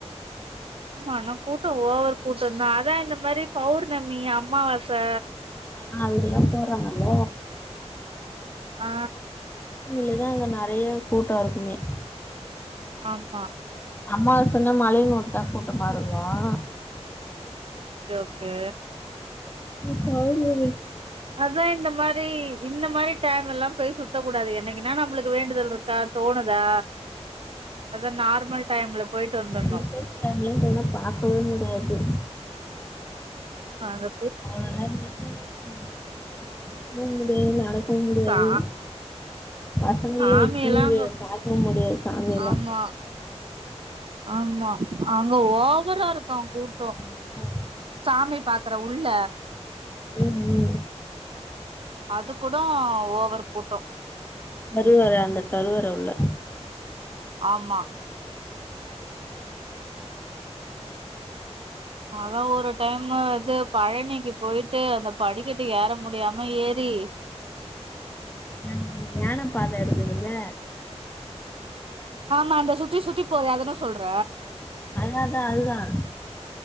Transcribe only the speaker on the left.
அ அங்கதா போறாங்கல்ல
லுதா அங்க நெறையா கூட்ட இருக்குமே
அம்மாவாசனா மலையனூர்தா கூட்டமா இருக்கு
இன்னிக்கு பௌர்ணமி
அது விசேஷடைம்லலா போனா பாக்கவே முடியாது
அவளோ நேரம் நிக்க வெக்க முடியாது தூங்க முடியாது நடக்கவு முடியாது
பசங்களயு
வெச்சினு
பாக்கவு முடியாது சாமி எல்லா
ம்
ம் ம்
கருவற அந்த கருவற உள்ள
நாங்க யான பாத இருக்குதுல்ல
அதான் அதான் அதுதான்